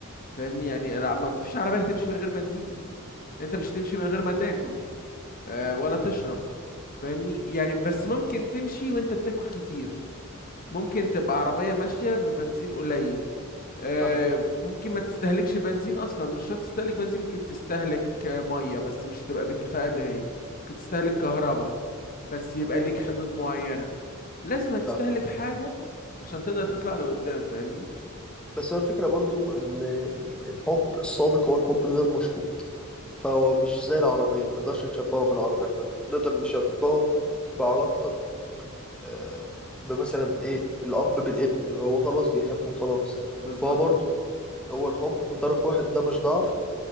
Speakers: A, on the left (about 40°); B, in the centre.
A: فاهمني يعني لا، مفيش عربية هتمشي من غير بنزين انت مش هتمشي من غير ما تاكل آه، ولا تشرب فاهمني يعني بس ممكن تمشي وانت بتاكل كتير ممكن تبقى عربية ماشية ببنزين قليل آه،
B: فاهم
A: ممكن ما تستهلكش بنزين اصلا مش شرط تستهلك بنزين ممكن تستهلك آه، مية بس مش هتبقى بالكفاءة اللي هي ممكن تستهلك كهرباء بس يبقى ليك حدود معينة لازم هتستهلك
B: فاهم
A: حاجة عشان تقدر تطلع لقدام فاهمني
B: بس هو الفكرة برضو إن الحب الصادق هو الحب الغير مشروط فهو مش زي العربية ما نقدرش نشبهه بالعربية احنا نقدر نشبهه بعلاقتك آه، بمثلا إيه الأب بالابن هو خلاص بيحبه خلاص
A: بالظبط
B: فهو برضو هو الحب من طرف واحد ده مش ضعف